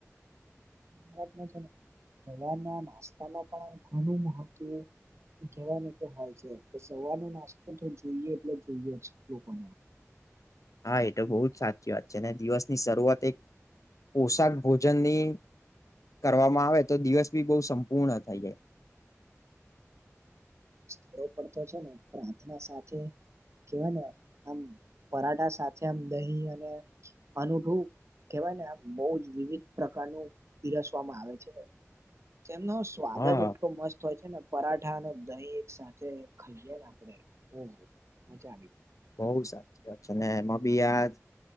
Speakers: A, on the right; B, on the left.
A: હ <unintelligible> સવારના નાસ્તામાં પણ ઘણું મહત્વ કહેવા કે હોય છે તો સવારનો નાસ્તો જો જોઈએ એટલો જોઈએ જ લોકોને <inaudible> <unintelligible>
B: હા એ તો બહુ જ સાચી વાત છે અને દિવસની શરૂઆત એક પોશાક ભોજનની કરવામાં આવે તો દિવસ બી બહુ સંપૂર્ણ થઈ જાય.
A: સ્થળો પર તો છે ને પ્રાર્થના સાથે કેવાય ને આમ પરાઠા સાથે આમ દહી અને અનઠું કવાય ને આ બહુ જ વિવિધ પ્રકારનું પીરસવામાં આવે છે. તેમનો સ્વાદ
B: હા
A: જ એટલો મસ્ત તોય છે ને પરાઠા અને દહીં એક સાથે ખાઈએ ને આપણેે ઓ મજા આવી.
B: બઉ સાચી વાત છે અનેને એમાં બી દ